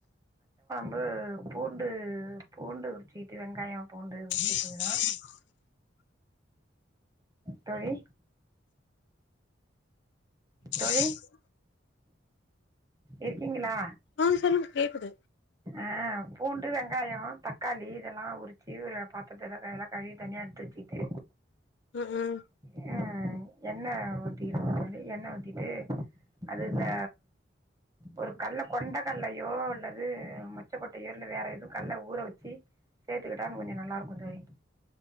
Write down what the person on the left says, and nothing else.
<inaudible>
ச <unintelligible>
ஹ சொல்லுங்க கேக்குது
உம்